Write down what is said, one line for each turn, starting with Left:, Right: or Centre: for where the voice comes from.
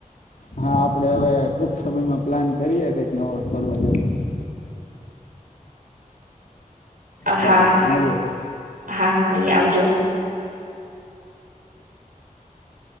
Left: હા આપણે હવે ટૂંક સમયમાં પ્લાન કરીએ કઈંક નવો ફરવા જવાની સારું
Right: હા હા
Left: મળીએ પછી
Right: હા મળીએ આવજો.